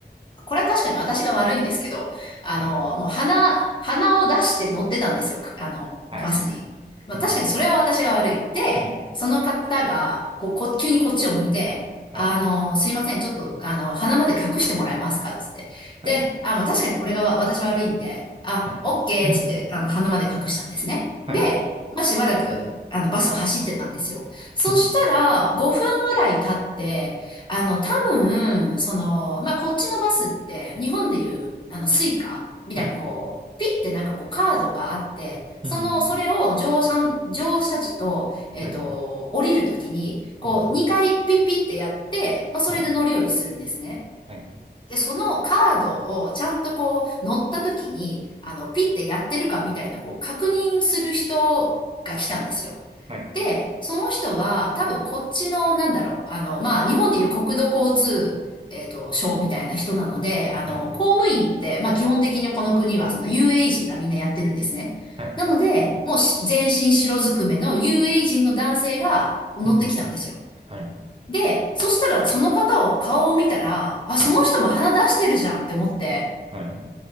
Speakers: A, on the left; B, on the right.
A: これは確かに私が悪いんですけど、あの、
B: はい
A: もう鼻、鼻を出して乗ってたんですよ、あの、
B: はい。
A: バスに。まあ確かにそれは私が悪い。
B: うん。
A: で、
B: うん。
A: その方が、こう、こ、急にこっちを向いて、
B: はい。
A: あの、すいません、ちょっと、あの、鼻まで隠してもらえますかっつって。
B: はい。
A: で、あ、まあ確かにこれがわ私悪いんで、あ、
B: はい。
A: オッケーっつって、
B: <laughs>
A: あの、鼻まで隠したんですね。
B: <clears throat> はい。
A: で、まあしばらく、あの、バスは走ってたんですよ。そしたら、
B: うん。
A: 5分ぐらい経って、あの、多分、その、まあ、こっちのバスって、日本でいう、あの、スイカみたいにこう、
B: はい。
A: ピッてなんかこうカードがあって、その、
B: うん。うん。
A: それを乗車、乗車時と、えっと、
B: はい。
A: 降りるときに、こう、
B: うん。うん。
A: 2回ピッピッてやって、まあ、それで乗り降りするんですね。
B: はい。はい。
A: で、そのカードをちゃんとこう乗った時に、あの、ピッてやってるかみたいな、こう確認する人が来たんですよ。
B: はい。
A: で、その人は多分こっちの、なんだろう、あの、まあ、日本でいう国土交通、えっと、省みたいな人なので、あの、
B: はい。
A: 公務員って、まあ、基本的にこの国はその UAE 人がみんなやってるんですね。
B: はい。
A: なので、もうし全身白ずくめの u a 人の男性がこう乗ってきたんですよ。
B: うん。うん。はい。
A: で、そしたらその方を顔を見たら、あ、
B: はい。
A: その人も鼻出してるじゃんって思って、
B: はい。